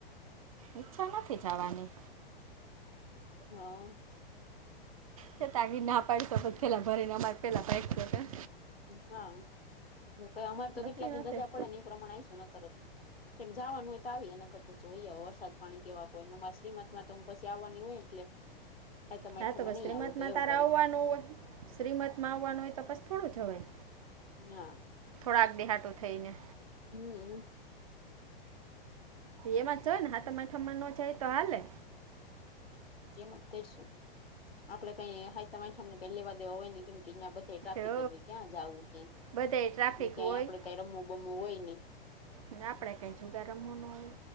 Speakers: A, on the right; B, on the left.
A: ઈચ્છા નથી જવાની.
B: હા.
A: તો ના પાડશ પેલા ભરી ને અમારે પેલા ભાગશું કા.
B: હા કઈ અમારે તો
A: નક્કી
B: કેટલા દિન
A: નથી
B: રજા પડે ને એ પ્રમાણે આઈશું ન કર. કઈ જવાનું હોય તો આવી અને કદાચ જોઈએ વરસાદ પાણી કેવા કોઈ મારા શ્રીમત માં તો હું પછી આવવાની હોય એટલે. હાઈતમ આઠમમાં
A: નાા તો બસ
B: નહી
A: શ્રીમત
B: આવું તો
A: માં
B: એવું
A: તારા
B: કર્યું
A: આવવાનું હોય. શ્રીમત માં આવવાનું હોય તો પાસ થોડું જોવાય.
B: <inaudible>
A: થોડાક દી હાટું થઈ ને.
B: હમ.
A: એમાં જ હોય ને હાતમ આઠમાં ન જાય તો હાલે.
B: એમ જ કરીશું આપડે કઈ હાતમ આઠમને કઈ લેવા દેવા હોય ને કેમ કે એ બધે ટ્રાફિક
A: હો
B: જ હોય ક્યાં જવું ક
A: બધે ટ્રાફિક
B: ક્યાંય
A: હોય
B: આપડે કઈ રમવું બમવું હોય નઈ.
A: અને આપડે કઈ જુગાર રમવો નો હોય